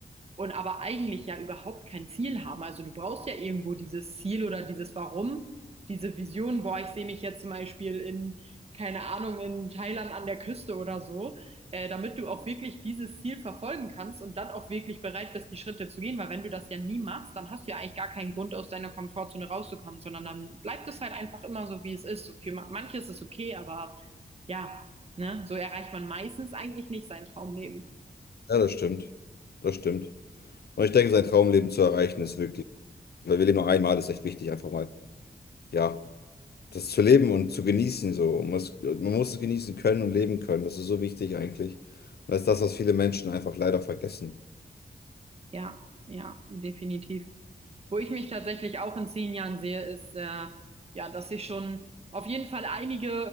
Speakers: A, on the right; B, on the left.
A: und aber eigentlich ja überhaupt kein Ziel haben. Also du brauchst ja irgendwo dieses Ziel oder dieses Warum, diese Vision, boah, ich sehe mich jetzt zum Beispiel in, keine Ahnung, in Thailand an der Küste oder so, äh, damit du auch wirklich dieses Ziel verfolgen kannst und dann auch wirklich bereit bist, die Schritte zu gehen. Weil wenn du das ja nie machst, dann hast du ja eigentlich gar keinen Grund, aus deiner Komfortzone rauszukommen, sondern dann bleibt es halt einfach immer so, wie es ist. So für ma- manche ist es okay, aber ja, ne, so erreicht man meistens eigentlich nicht sein Traumleben.
B: Ja, das stimmt. Das stimmt. Und ich denke, sein Traumleben zu erreichen ist wirklich Weil wir leben nur einmal, ist echt wichtig, einfach mal, ja, das zu leben und zu genießen, so. Man muss, man muss es genießen können und leben können. Das ist so wichtig eigentlich. Und das ist das, was viele Menschen einfach leider vergessen.
A: Ja, ja, definitiv. Wo ich mich tatsächlich auch in zehn Jahren sehe, ist, äh, ja, dass ich schon auf jeden Fall einige